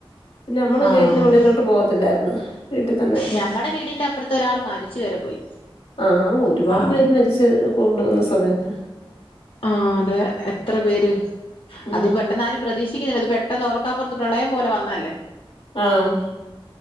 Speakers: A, on the left; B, on the left.
A: പിന്നെ നമ്മള്
B: ആഹ്
A: ഗേറ്റിന് വെളിയിലോട്ട് പോകത്തില്ലായിര്ന്ന് വീട്ടി തന്നെ.
B: ഞങ്ങടെ വീടിന്റെ അപ്പുറത്ത് ഒരാൾ മരിച്ചു വരെ പോയി
A: ആഹ് ഒരുപാട്
B: ആ
A: പേര് മരിച്ച് പോവ്ണ്ട് ന്ന സമയത്ത
B: ആഹ് അതെ എത്ര പേര്
A: ഉം
B: അത് പെട്ടൊന്ന് ആരും പ്രതീക്ഷി <unintelligible> പെട്ടൊന്ന് ഓർക്കാ പ്പുറത്ത് പ്രളയം പോലെ വന്നല്ലേ.
A: ആഹ്